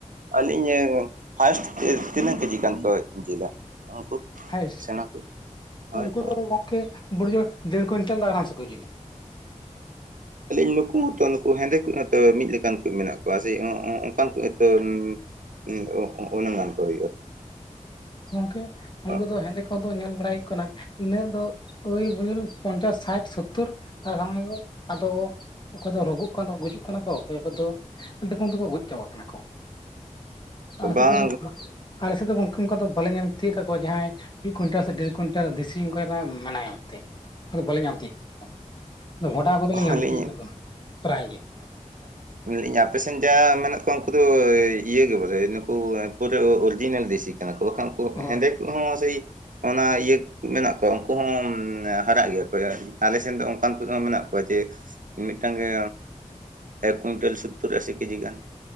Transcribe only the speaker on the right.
ᱟᱞᱟᱹᱧ ᱦᱟᱭᱮᱥᱴ ᱛᱤᱱᱟᱹᱜ ᱠᱮᱡᱤ ᱜᱟᱱ ᱠᱚ ᱡᱮᱞᱟ ᱩᱱᱠᱩ?
ᱥᱮᱬᱟ ᱠᱚ ᱦᱳᱭ
ᱛᱚ
ᱟᱨ ᱞᱟᱹᱭ ᱤᱧ ᱱᱩᱠᱩ ᱦᱚ ᱛᱚ ᱱᱩᱠᱩ ᱦᱮᱸᱫᱮ ᱠᱚ ᱦᱚ ᱛᱚ ᱢᱤᱫ ᱞᱮᱠᱟᱱ ᱠᱚ ᱢᱮᱱᱟᱜ ᱠᱚᱣᱟ᱾ ᱥᱮ ᱚᱸ ᱚᱸ ᱚᱱᱠᱟᱱ ᱠᱚ ᱦᱚ ᱛᱚ ᱤ ᱚᱜ ᱚᱜ ᱚᱱᱟ ᱜᱟᱱ ᱦᱩᱭᱩᱜᱼᱟ᱾
ᱵᱟ-
ᱵᱟᱝ
ᱟᱹᱞᱤᱧ
ᱞᱟᱹᱭ ᱤᱧ ᱟᱯᱮᱥᱮᱱ ᱡᱟ ᱢᱮᱱᱟᱜ ᱠᱚᱣᱟ ᱩᱱᱠᱩ ᱫᱚ ᱤᱭᱟᱹ ᱜᱮ ᱵᱚᱞᱮ ᱱᱩᱠᱩ ᱯᱩᱨᱟᱹ ᱚᱨᱤᱡᱤᱱᱟᱞ ᱫᱮᱥᱤ ᱠᱟᱱᱟ ᱠᱚ, ᱵᱟᱠᱷᱟᱱ ᱩᱱᱠᱩ
ᱦᱮᱸᱫᱮ ᱠᱚ ᱦᱚ ᱥᱮᱭ ᱚᱱᱟ ᱤᱭᱟᱹ ᱠᱚ ᱢᱮᱱᱟᱜ ᱠᱚᱣᱟ ᱩᱱᱠᱩ ᱦᱚ ᱦᱟᱨᱟᱜ ᱜᱮᱭᱟ ᱠᱚ, ᱟᱞᱮ ᱥᱮᱱ ᱫᱚ ᱚᱱᱠᱟᱱ ᱠᱚᱦ ᱢᱮᱱᱟᱜ ᱠᱚ ᱣᱟ ᱡᱮ ᱢᱤᱫᱴᱟᱝ ᱜᱮ ᱮᱠ ᱠᱩᱭᱤᱱᱴᱮᱞ ᱥᱳᱛᱛᱳᱨ ᱟᱥᱤ ᱠᱮᱡᱤ ᱜᱟᱱ᱾